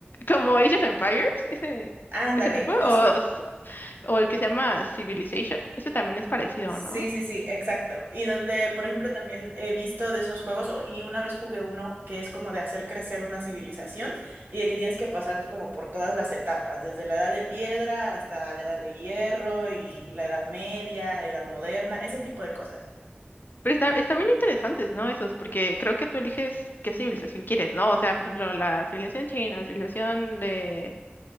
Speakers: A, on the left; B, on the right.
A: como Age of Empires, ese,
B: <laughs> Ándale,
A: ese tipo.
B: justo.
A: O O el que se llama Civilization. Ese también es parecido,
B: Sí,
A: ¿no?
B: sí, sí, exacto. Y donde, por ejemplo, también he visto de esos juegos, o- y una vez jugué uno que es como de hacer crecer una civilización y de que tienes que pasar por- como por todas las etapas, desde la edad de piedra hasta la edad de hierro y la edad media, edad moderna, ese tipo de cosas.
A: Pero está- están bien interesantes, ¿no? Esos, porque creo que tú eliges qué civilización quieres, ¿no? O sea, por ejemplo, la civilización china, la civilización de,